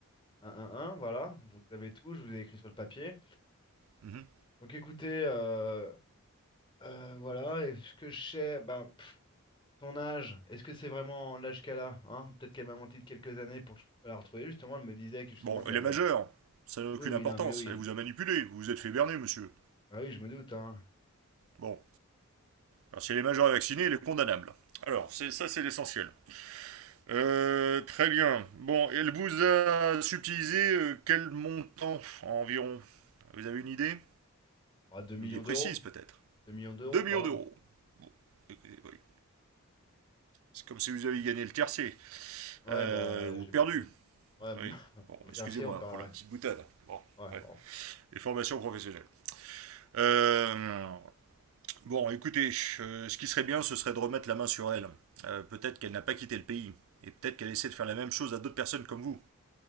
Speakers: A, on the left; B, on the right.
A: un, un un, voilà, vous avez tout, je vous ai écrit sur le papier.
B: Mhm.
A: Donc écoutez, euh, Euh, voilà, est-ce que je sais, ben, pff, son âge, est-ce que c'est vraiment l'âge qu'elle a, hein? Peut-être qu'elle m'a menti de quelques années pour que je puisse pas la retrouver. Justement, elle me disait que justement
B: Bon,
A: qu'elle
B: elle
A: avait.
B: est majeure, ça n'a aucune
A: Oui, oui,
B: importance,
A: non, mais oui.
B: elle vous a manipulé, vous vous êtes fait berner, monsieur.
A: Ah oui, je me doute, hein.
B: Bon, alors si elle est majeure et vaccinée, elle est condamnable. Alors, c'est ça c'est l'essentiel. Euh, très bien. Bon, elle vous a subtilisé euh, quel montant environ? Vous avez une idée?
A: Ah, deux millions
B: Il est précise
A: d'euros.
B: peut-être.
A: deux millions d'euros
B: 2 millions
A: par là.
B: d'euros. Bon, écoutez, oui. C'est comme si vous aviez gagné le tiercé.
A: Ouais,
B: Euh,
A: bah, euh,
B: ou
A: j'ai
B: perdu.
A: plutôt le. Ouais, <laughs> m-
B: Oui. Bon,
A: vous
B: excusez-moi
A: tertiez, on paraît.
B: pour la petite boutade. Bon,
A: Ouais,
B: ouais.
A: oh,
B: Les formations professionnelles. Euh, bon, écoutez, euh, ce qui serait bien, ce serait de remettre la main sur elle. Euh, peut-être
A: ouais,
B: qu'elle n'a pas quitté le pays. Et peut-être qu'elle essaie de faire la même chose à d'autres personnes comme vous.